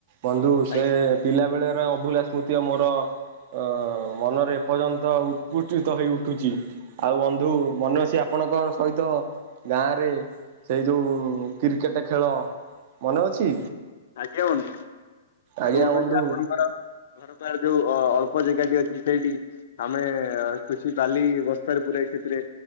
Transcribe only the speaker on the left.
ଆଜ୍ଞା
ଆଜ୍ଞା ବନ୍ଧୁ। ମୋର
ମନେ
ଅଛି, ଆପଣଙ୍କର ଘର ପା ଯୋଉ ଅ ଅଳ୍ପ ଜେଗାଟି ଅଛି ସେଇଠି ଆମେ ଖୁସି ବାଲି ବସ୍ତାରେ ପୁରାଇ ସେଥିରେ